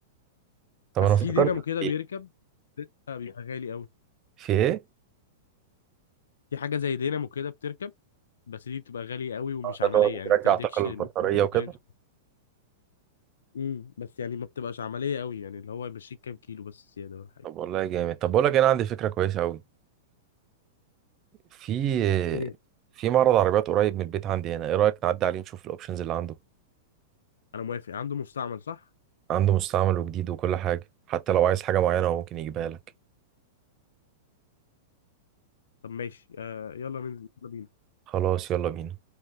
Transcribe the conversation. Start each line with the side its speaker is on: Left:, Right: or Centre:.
Right: طب
Left: بس
Right: أنا افتكرت
Left: في دينامو
Right: في
Left: كده
Right: إيه؟
Left: بيركب ده بيبقى غالي قوي
Right: في إيه؟
Left: في حاجة زي دينامو كده بتركب بس دي بتبقى غالية قوي ومش
Right: آه،
Left: عملية
Right: ده اللي هو
Left: يعني
Right: بيرجع
Left: ما بتديكش
Right: طاقة للبطارية
Left: ما بتديكش
Right: وكده
Left: رينج امم بس يعني ما بتبقاش عملية قوي يعني اللي هو يمشيك كام كيلو بس زيادة ولا حاجة
Right: طب والله جامد طب بقول لك أنا عندي فكرة كويسة أوي في
Left: ايه
Right: في معرض عربيات قريب من البيت عندي هنا ايه رأيك نعدي عليه نشوف الاوبشنز اللي عنده
Left: انا موافق عنده مستعمل صح
Right: عنده مستعمل وجديد وكل حاجة حتى لو عايز حاجة معينة هو ممكن يجيبها لك
Left: طب ماشي آه يلا ننزل يلا بينا
Right: فخلاص يلا بينا